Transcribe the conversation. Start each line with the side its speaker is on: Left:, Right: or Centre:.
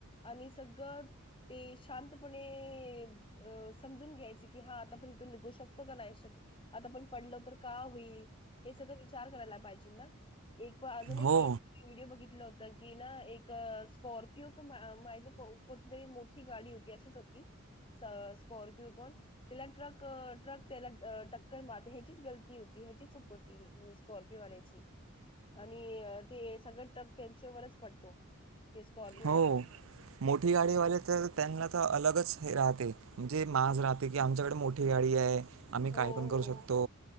Left: आणि सगळं ते शांतपणे समजून घ्यायचे कि हा आता पण इथून निघू शकतो का नाही शकतो आता पण पडलो तर का होईल हे सगळं विचार करायला पाहिजे ना एक पण अजून एक
Right: हो
Left: केस व्हिडिओ बघितला होता कि ना एक स्कॉर्पिओ क माहिती कोणतरी मोठी गाडी होती अशीच होती स्कॉर्पिओ कोण त्याला ट्रक ट्रक त्याला टक्कर मारते ह्याचीच गलती होती ह्याची च होती स्कॉर्पिओवाल्याची आणि ते सगळ ट्रक त्यांच्यावरच पडतो ते स्कॉर्पिओवर
Right: हो मोठी गाडीवाले तर त्यांना तर अलगच राहते म्हणजे माज राहते कि आमच्याकडे मोठी गाडी आहे. आम्ही
Left: हो
Right: काय पण
Left: हो
Right: करू शकतो